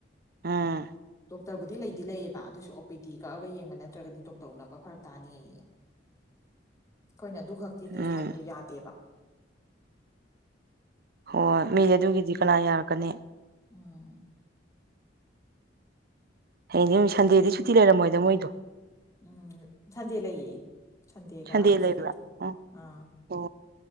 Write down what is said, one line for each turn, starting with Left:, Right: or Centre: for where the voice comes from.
Right: ꯑꯥ
Left: ꯗꯣꯛꯇꯔꯕꯨꯗꯤ ꯂꯩꯗꯤ ꯂꯩꯌꯦꯕ ꯑꯗꯨꯁꯨ ꯄꯤ ꯇꯤ ꯀꯛꯑꯒ ꯌꯦꯡꯕ ꯅꯠꯇ꯭ꯔꯒꯗꯤ ꯗꯣꯛꯇꯔ ꯎꯅꯕ ꯐꯔꯛ ꯇꯥꯅꯤꯌꯦꯌꯦ ꯑꯩꯈꯣꯏꯅ ꯑꯗꯨ ꯈꯛ ꯀꯤꯅꯤ
Right: ꯎꯝ
Left: ꯍꯥꯏꯕꯗꯨ ꯌꯥꯗꯦꯕ
Right: ꯍꯣꯏ ꯃꯤ ꯑꯗꯨꯒꯤꯗꯤ ꯀꯅꯥ ꯌꯥꯔꯛꯀꯅꯤ
Left: ꯎꯝ
Right: ꯍꯌꯦꯡꯗꯤ ꯁꯟꯗꯦꯗ ꯁꯨꯇꯤ ꯂꯩꯔꯝꯃꯣꯏꯗ ꯃꯣꯏꯗꯣ
Left: ꯎꯝ ꯁꯟꯗꯦ ꯂꯩꯌꯦ ꯁꯟꯗꯦꯒ
Right: ꯁꯟꯗꯦ ꯂꯩꯕ꯭ꯔꯥ
Left: ꯁꯦꯀꯦꯟ
Right: ꯑꯣ
Left: ꯑꯥ
Right: ꯑꯣ